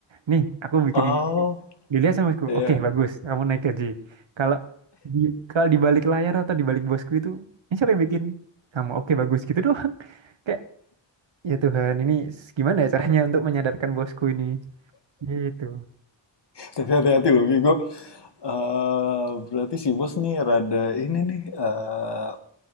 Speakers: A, on the right; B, on the left.
A: Nih, aku bikin
B: Oh,
A: ini, ini. Dilihat sama bosku,
B: iya.
A: oke bagus, kamu naik gaji. Kalau di kalau di balik layar atau di balik bosku itu, ini siapa yang bikin? Kamu, oke bagus gitu doang. <laughs> Kayak ya Tuhan, ini gimana ya caranya untuk menyadarkan bosku ini? Gitu.
B: Tapi hati-hati loh, Vigo. Eh, berarti si bos nih rada ini nih eh